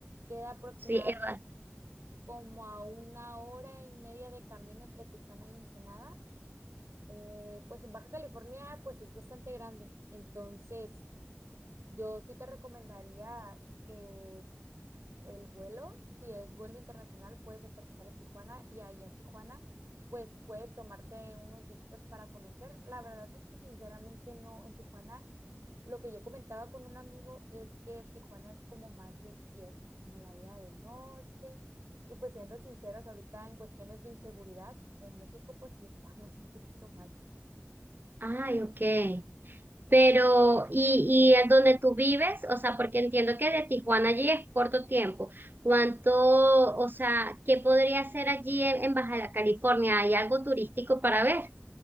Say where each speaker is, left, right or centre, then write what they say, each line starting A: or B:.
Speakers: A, on the right; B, on the right.
A: queda aproximadamente
B: sí, Eva.
A: como a una hora y media de camino entre Tijuana y Ensenada. Eh, pues en Baja California, pues es bastante grande, entonces Yo sí te recomendaría que el vuelo, si es vuelo internacional, puedes aterrizar en Tijuana y ahí en Tijuana, pues puedes tomarte unos días para conocer. La verdad es que sinceramente no, en Tijuana, lo que yo comentaba con un amigo es que Tijuana es como más de fiesta, como la vida de noche. Y pues siendo sinceros, ahorita en cuestiones de inseguridad, en México pues sí estamos <laughs> un poquito mal.
B: Ay, ok. Pero, y, y es donde tú vives, o sea, porque entiendo que de Tijuana allí es corto tiempo. ¿Cuánto, o sea, qué podría hacer allí en, en Baja California? ¿Hay algo turístico para ver?